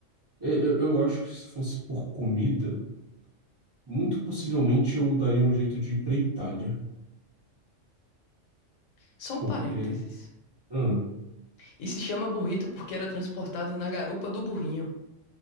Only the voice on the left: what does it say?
Só um
parênteses.
E se chama burrito porque era transportado na garupa do burrinho.